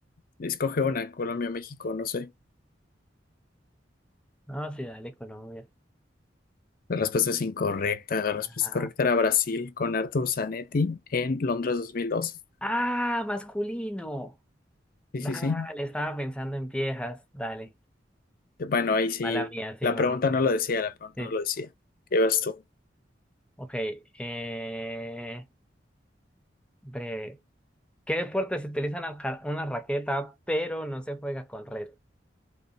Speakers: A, on the left; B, in the centre.
A: escoge una, Colombia, México, no sé.
B: No, sí, dale, Colombia.
A: La respuesta es incorrecta. La respuesta
B: Ah,
A: correcta era Brasil con Arthur Zanetti en Londres dos mil doce
B: ¡Ah, masculino.
A: Sí,
B: Dale,
A: sí, sí.
B: estaba pensando en viejas. Dale.
A: Bueno, ahí sí.
B: Mala mía, sí,
A: La
B: mala
A: pregunta
B: mía.
A: no lo decía, la pregunta
B: Sí.
A: no lo decía. ¿Qué vas tú?
B: Ok. Eh... Bre... ¿Qué deportes se utilizan alca- una raqueta, pero no se juega con red?